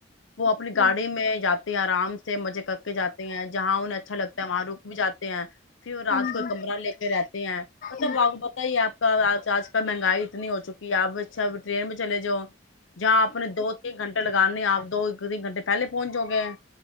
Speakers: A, on the left; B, on the left.
A: وہ اپنی
B: اچھا
A: گاڑی میں جاتے ہیں آرام سے مزے کر کے جاتے ہیں جہاں انہیں اچھا لگتا ہے وہاں رک بھی جاتے ہیں پھر رات
B: اچھا ہاں جی
A: کو کمرہ لے کے رہتے ہیں مطلب
B: ہاں جی
A: آ پت ہی ہے آپ کا آج کل مہنگائی نہیں ہو چکی اپ اب ٹرین میں چل جو جہاں آپ نے دو تین گھنٹے لگانے آپ دو ک د گنٹے پہلے پہنچ جؤ گے